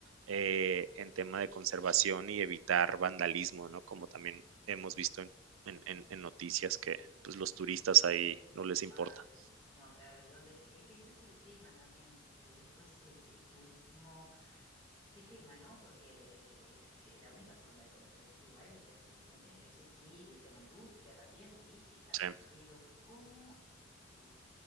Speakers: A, on the right (about 90°); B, on the left (about 25°).
A: eh, en tema de conservación y evitar vandalismo, ¿no? Como también hemos visto en en, en, en noticias que pues los turistas ahí no les importa.
B: ah, sí. No, claro, es, donde, de- es que ese es el tema también. eh, después el, el turismo, qué tema, ¿no? Porque eh, es, es la única forma de conocer esos lugares, o sea, el turismo tiene que existir y el tema industria también, turística.
A: Sí,
B: Pero cómo este,